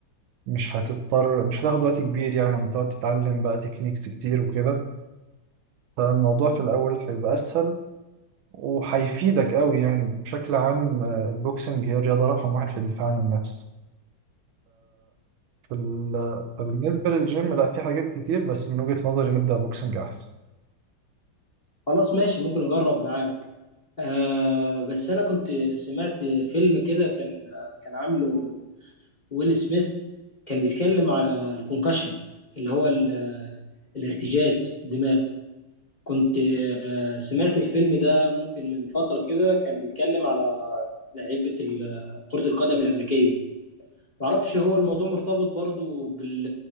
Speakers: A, on the right; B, on the left.
A: مش هتضطر مش هتاخد وقت كبير يعني لما تقعد تتعلم بقى تكنيكس كتير وكده فالموضوع في الأول هيبقى أسهل وهيفيدك قوي يعني بشكل عام آه، البوكسنج هي الرياضة رقم واحد في الدفاع عن النفس في ال... فبالنسبة للجيم لا في حاجات كتير بس من وجهة نظري نبدأ بوكسنج أحسن
B: خلاص ماشي ممكن اجرب معاك آه بس انا كنت سمعت فيلم كده كان كان عامله ويل سميث كان بيتكلم على الكونكشن اللي هو ال- الارتجاج الدماغ كنت آه سمعت الفيلم ده ممكن من فترة كده كان بيتكلم على لعيبة ال- كرة القدم الأمريكية معرفش هو الموضوع مرتبط برضو بال...